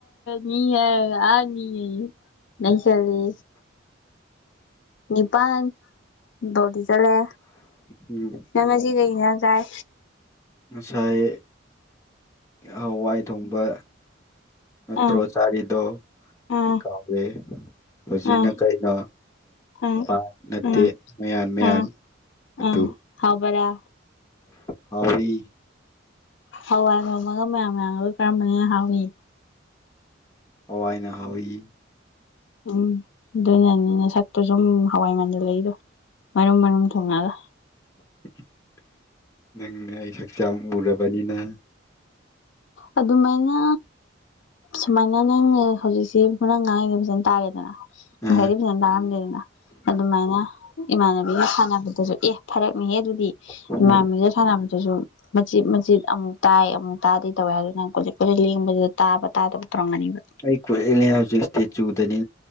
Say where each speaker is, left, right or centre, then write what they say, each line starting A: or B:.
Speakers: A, on the left; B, on the left.
A: ꯅꯤ ꯍꯥꯏꯔꯒ ꯑ ꯅꯤ ꯍꯥꯏꯌꯦ ꯅꯩꯁꯜꯂꯤ ꯅꯤꯄꯥꯟ ꯗꯣꯗꯤ ꯆꯠꯂꯦ
B: ꯎꯝ
A: ꯅꯪ ꯉꯁꯤ ꯀꯩ ꯀꯩꯏꯪꯖꯥꯡ ꯆꯥꯏ
B: ꯉꯁꯥꯏ ꯍꯋꯥꯏ ꯊꯣꯡꯕ ꯅꯠꯇ꯭ꯔꯣ
A: ꯑꯥ
B: ꯆꯥꯔꯤꯗꯣ
A: ꯑꯥ
B: ꯑꯩ ꯀꯥꯎꯔꯦ ꯍꯧꯖꯤꯛꯅ
A: ꯑꯥ
B: ꯀꯩꯅꯣ
A: ꯑꯥ
B: ꯄ ꯅꯠꯇꯦ
A: ꯑꯥ
B: ꯃꯌꯥꯟ ꯃꯌꯥꯟ
A: ꯑꯥ
B: ꯑꯗꯨ
A: ꯑꯥ ꯍꯥꯎꯕꯔꯥ
B: ꯍꯧꯏ
A: ꯍꯋꯥꯏ ꯊꯣꯡꯕꯒ ꯃꯌꯥꯝ ꯃꯌꯥꯝꯒ ꯀꯔꯝꯕꯅ ꯍꯦꯟꯅ ꯍꯥꯎꯏꯤ
B: ꯍꯋꯥꯏꯅ ꯍꯥꯎꯏ
A: ꯎꯝ ꯑꯗꯨꯅꯅꯤꯅ ꯅꯁꯛꯇꯨ ꯁꯨꯝ ꯍꯋꯥꯏꯃꯟꯖꯟꯂꯛꯏꯗꯨ ꯃꯔꯨꯝ ꯃꯔꯨꯝ ꯊꯨꯡꯉꯒ
B: <unintelligible> ꯅꯪꯅ ꯑꯩ ꯍꯛꯆꯥꯡ ꯎꯔꯕꯅꯤꯅ
A: ꯑꯗꯨꯃꯥꯏꯅ ꯁꯨꯃꯥꯏꯅ ꯅꯪ ꯍꯧꯖꯤꯛꯁꯤ ꯉꯥꯡꯏꯗꯨ ꯐꯖꯅ ꯇꯥꯔꯦꯗꯅ
B: ꯑ
A: ꯉꯁꯥꯏꯗꯤ ꯐꯖꯅ ꯇꯥꯔꯝꯗꯦꯗꯅ ꯑꯗꯨꯃꯥꯏꯅ ꯏꯃꯥꯟꯅꯕꯤꯅ ꯁꯥꯟꯅꯕꯗꯨꯁꯨ ꯑꯦ ꯐꯔꯛ ꯍꯦ ꯑꯗꯨꯗꯤ
B: ꯎꯝ
A: ꯏꯃꯥꯟꯕꯤꯒ ꯁꯥꯅꯕꯗ ꯑꯗꯨꯁꯨ ꯃꯆꯤꯠ ꯃꯆꯤꯠ ꯑꯃꯨꯛ ꯇꯥꯏ ꯑꯃꯨꯛ ꯇꯥꯗꯦ ꯇꯧꯋꯦ ꯑꯗꯨ ꯅꯪ ꯀꯣ ꯀꯣꯏꯂꯦꯡ ꯂꯦꯡꯕꯗꯨꯗ ꯇꯥꯕ ꯇꯥꯗꯕ ꯇꯧꯔꯝꯒꯅꯤꯕ
B: ꯑꯩ ꯀꯣꯏꯂꯦꯡ ꯂꯦꯡꯕ ꯆꯨꯗꯅꯤ